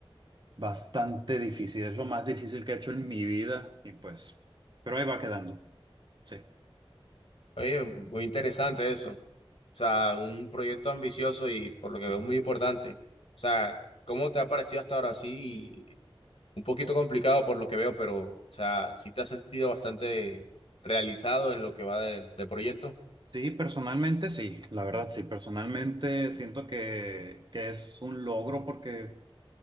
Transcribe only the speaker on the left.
oye, muy interesante eso. O sea, un proyecto ambicioso y por lo que veo muy importante. O sea, ¿cómo te ha parecido hasta ahora? Sí, un poquito complicado por lo que veo, pero, o sea, sí te has sentido bastante realizado en lo que va del, del proyecto.